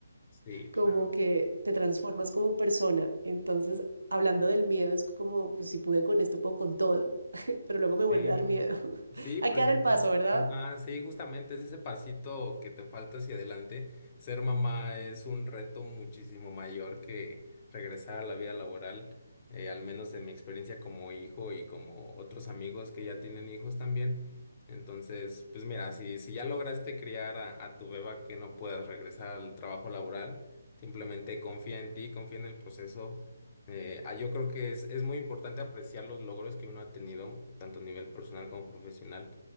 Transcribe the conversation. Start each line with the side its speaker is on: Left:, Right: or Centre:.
Left: Sí,
Right: como
Left: claro.
Right: que te transformas como persona. Entonces, hablando del miedo, es como, pues si pude con esto, puedo con todo, <laughs> pero luego me vuelve
Left: Sí,
Right: a dar miedo.
Left: sí,
Right: <laughs> Hay
Left: precisamente.
Right: que dar el paso, ¿verdad?
Left: Ajá, sí, justamente es ese pasito que te falta hacia adelante. Ser mamá es un reto muchísimo mayor que regresar a la vida laboral, eh, al menos en mi experiencia como hijo y como otros amigos que ya tienen hijos también. Entonces, pues mira, si, si ya lograste criar a, a tu beba que no puedas regresar al trabajo laboral, simplemente confía en ti, confía en el proceso. Eh, ah, yo creo que es, es muy importante apreciar los logros que uno ha tenido, tanto a nivel personal como profesional,